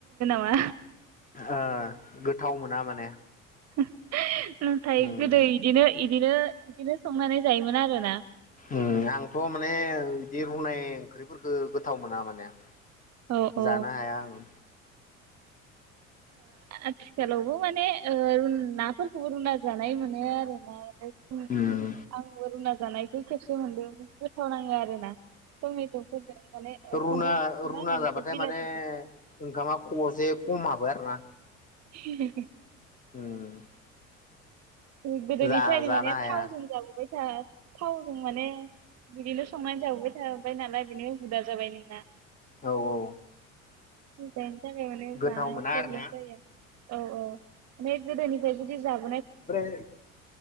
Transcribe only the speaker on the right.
मा
<unintelligible> नाथाय
गोदो इदिनो इदिनो इदिनो संनानै जायोमोन आरोना
औ औ
आथिखालावबो माने नाफोरखौबो रुना जानाय मोनो आरो ना माने
आंबो रोंना जानाय बे खेबसे मोनदों गोथाव नाङो आरोना टमेट'फोरजों माने
फान्थाव
मा होनो
बेखौ बिलाथिजों
ए <inaudible>
गोदोनिफ्रायनो
माने
थावजों जाबोबाय आ थावजों माने बिदिनो संनानै जाबोबाय थोबाय नालाय बिनिनो हुदा जाबाय नोंना
<unintelligible> <unintelligible> जानायाव
प्रब्लेम
जायो औ औ ओमफ्राय गोदोनिफ्राय जुदि जाबाय